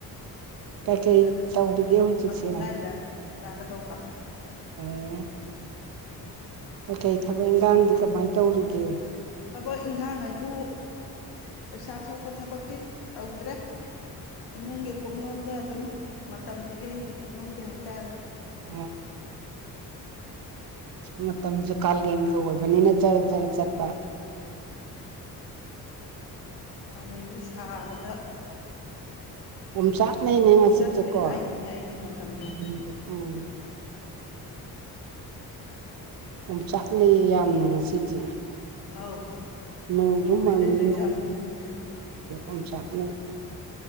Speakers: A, on the left (about 80°); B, on the right (about 65°).
A: ꯑꯗꯩꯗꯨꯗ
B: ꯀꯩꯀꯩ ꯇꯧꯔꯤꯒꯦ ꯍꯧꯖꯤꯛꯁꯦ
A: ꯃꯥꯄꯟ ꯑꯗꯥꯏꯗ ꯆꯥꯒꯗꯣꯕ
B: ꯑꯣ ꯀꯀꯩ ꯊꯕꯛ ꯏꯟꯈꯥꯡꯗꯤ ꯀꯃꯥꯏ ꯇꯧꯔꯤꯒꯦ
A: ꯊꯕꯛ ꯏꯪꯈꯥꯡ ꯍꯥꯏꯕꯨ ꯄꯩꯁꯥ ꯊꯣꯛꯄ ꯊꯕꯛꯇꯤ ꯇꯧꯗ꯭ꯔꯦ ꯏꯃꯨꯡꯒꯤ ꯀꯨꯞꯅꯣꯝꯗ ꯑꯗꯨꯝ ꯃꯇꯝꯗꯤ ꯂꯦꯟꯈꯤ ꯈꯪꯍꯧꯗꯦ ꯍꯥꯏꯇꯥꯔꯦ
B: ꯎꯝ <unintelligible> ꯃꯇꯝꯁꯨ ꯀꯥꯂꯦꯟꯒ ꯑꯣꯏꯕꯅꯤꯅ ꯖꯔ ꯖꯔ ꯆꯠꯄ
A: ꯀꯥꯂꯦꯟꯗꯤ ꯁꯕꯗ
B: ꯑꯣꯝꯆꯥꯛꯅꯩꯅꯦ ꯉꯁꯤꯁꯦꯀꯣ
A: ꯆꯠꯇ꯭ꯔꯦ ꯍꯥꯏꯅꯤꯅꯦ ꯑꯩꯗꯤ ꯃꯇꯝꯁꯦ
B: ꯎꯝ ꯑꯣꯝꯆꯥꯛꯅꯩꯌꯦ ꯌꯥꯝꯅ ꯉꯁꯤꯁꯦ
A: ꯑꯧ
B: ꯅꯣꯡꯁꯨ
A: ꯅꯣꯡ
B: ꯃꯡꯉꯤ
A: ꯍꯩꯊꯗꯣꯏ ꯖꯥꯠꯂ ꯈꯪꯗꯦ
B: ꯑꯣꯝ ꯆꯥꯛꯅꯩ꯫